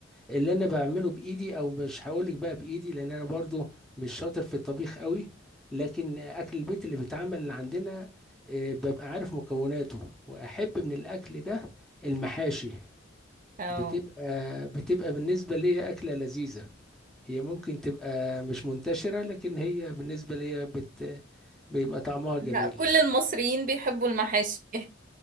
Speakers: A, in the centre; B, on the right (about 45°).
A: اللي انا بعمله بايدي او مش هقولك بقى بايدي لان انا برضو مش شاطر في الطبيخ قوي لكن آه، اكل البيت اللي بيتعمل عندنا آه، ببقى عارف مكوناته واحب من الاكل ده المحاشي
B: اه
A: بتبقى بتبقى بالنسبة لي أكلة لذيذة هي ممكن تبقى مش منتشرة لكن هي بالنسبة لي بت بيبقى طعمها جميل
B: لا، كل المصريين بيحبوا المحاشي <laughs>